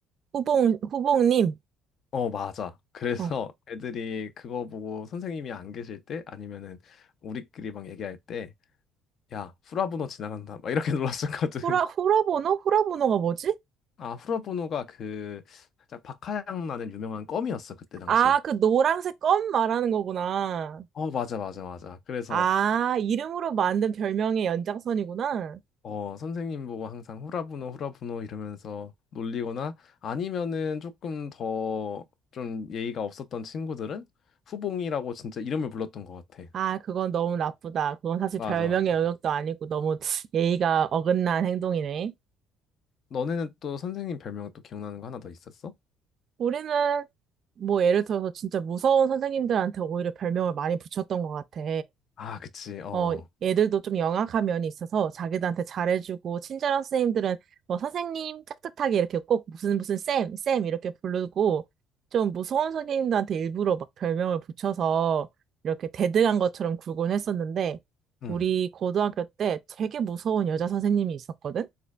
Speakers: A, on the right (about 50°); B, on the left (about 50°).
A: 후봉, 후봉님.
B: 어, 맞아. 그래서
A: 어,
B: <laughs> 애들이 그거 보고 선생님이 안 계실 때 아니면은 우리끼리 막 얘기할 때, 야, 후라부노 지나간다. 막 이렇게 <laughs> 놀랐었거든.
A: 후라, 후라보노? 후라보노가 뭐지?
B: 아, 후라부노가 그 살짝 박하향 나는 유명한 껌이었어, 그때 당시에.
A: 아, 그 노란색 껌 말하는 거구나.
B: 어, 맞아, 맞아, 맞아. 그래서
A: 아, 이름으로 만든 별명의 연장선이구나.
B: 어, 선생님 보고 항상 후라부노, 후라부노 이러면서 놀리거나 아니면은 조금 더 좀 예의가 없었던 친구들은 후봉이라고 진짜 이름을 불렀던 것 같아.
A: 아, 그건 너무 나쁘다. 그건 사실
B: 맞아,
A: 별명의
B: 맞아.
A: 영역도 아니고 너무 예의가 어긋난 행동이네.
B: 너네는 또 선생님 별명 또 기억나는 거 하나 더 있었어?
A: 우리는 뭐 예를 들어서 진짜 무서운 선생님들한테 오히려 별명을 많이 붙였던 것 같아.
B: 아, 그치. 어.
A: 어, 애들도 좀 영악한 면이 있어서 자기들한테 잘해주고, 친절한 선생님들은 뭐 선생님 깍듯하게 이렇게 꼭 무슨 무슨 쌤, 쌤 이렇게 부르고, 좀 무서운 선생님들한테 일부러 막 별명을 붙여서 이렇게 대등한 것처럼 굴곤 했었는데,
B: 응.
A: 우리 고등학교 때 되게 무서운 여자 선생님이 있었거든?